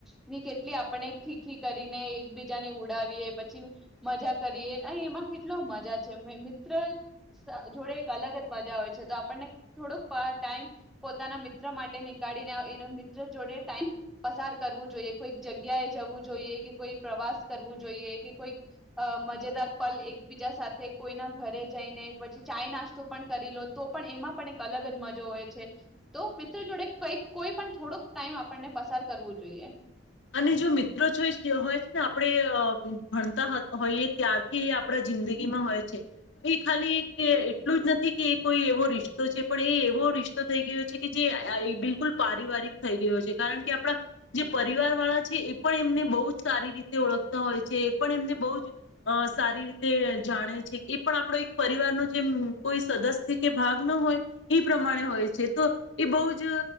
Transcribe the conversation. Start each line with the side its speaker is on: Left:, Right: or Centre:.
Centre: ની કેટલી આપને ખીખી કરીને એકબીજાને ઉડાવીએ પછી મજા કરીએ અને એમાં કેટલો મજા છે મિત્ર જોડે અલગ આપણને થોડોક ટાઈમ પોતાના મિત્ર માટે નીકળીને એ મિત્ર જોડે ટાઈમ પસાર કરવું જોઈએ કોઈ જગ્યાએ જવું જોઈએ કે કોઈ પ્રવાસ કરવું જોઈએ કે કોઈ મજેદાર પલ એકબીજા સાથે કોઈના ઘરે જઈને પછી ચાય નાસ્તો પણ કરી લો તો પણ એમાં પણ એક અલગ જ મજો હોય છે તો મિત્ર જોડે કઈ કોઈ પણ થોડોક ટાઈમ આપણને પસાર કરવું જોઈએ.
Left: અને જો મિત્રો હોય છે ને આપણે ભણતા હોઈએ ત્યારથી એ આપણા જિંદગીમાં હોય છે તો એ ખાલી એટલું જ નથી કે એ કોઈ એવો રિશ્તો છે પણ એ એવો રિશ્તો થઈ ગયો છે કે જે બિલકુલ પારિવારિક થઈ ગયો છે કારણ કે આપણા જે પરિવાર વાળા છે એ પણ એમને બહુ જ સારી રીતે ઓળખતા હોય છે એ પણ એમને બહુ જ સારી રીતે જાણે છે એ પણ આપણો એક પરિવારનો જેમ કોઈ સદસ્ય કે ભાગ ન હોય એ પ્રમાણે હોય છે તો એ બહુ જ